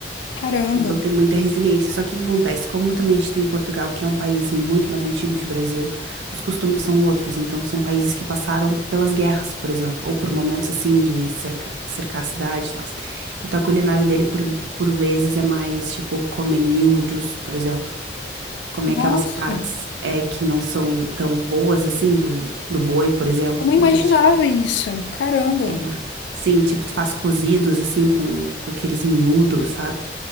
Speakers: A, on the left; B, on the right.
A: caramba,
B: Então tem muita resiliência. Só que o que acontece? Como também a gente tem Portugal, que é um país muito mais antigo que o Brasil, os costumes são outros. Então são países que passaram pelas guerras, por exemplo, ou por momentos assim de cerca- cercar a cidade e tal. Então a culinária dele por, por vezes é mais tipo comem miúdos, por exemplo. Comem
A: nossa,
B: aquelas partes é, que não são tão boas assim do, do boi, por exemplo.
A: eu não
B: Então,
A: imaginava
B: esse tipo
A: isso. Caramba,
B: é, sim, tipo, tu faz cozidos, assim, com, com aqueles miúdos, sabe?